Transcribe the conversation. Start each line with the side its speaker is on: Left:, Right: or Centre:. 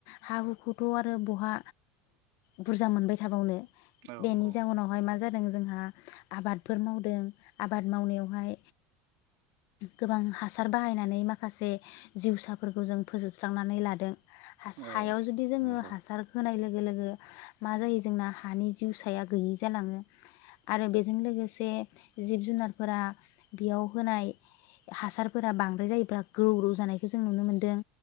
Left: हा हुखौथ' आरो बहा बुरजा मोनबाय थाबावनो?
Right: औ
Left: बेनिजााव नहाय माज जों जोंहा आबादफोर मावदों आबाद मावनायावहाय गोबां हासार बाहायनानै माखासे। जिउसाफोरखौ जों फोजोबस्रांनानै लादों।
Right: औ
Left: हायाव जुदि जोङो
Right: औ नंगौ
Left: हासार होनाय लोगो <unintelligible> मा जायो जोंना? हानि जिउ साया गैय जालाङो। आरो बेजों लोगोसे जिब जुनारफोरा बेयाव होनाय हासारफोरा बांद्राय <unintelligible> <unintelligible> नुनो मोनदों,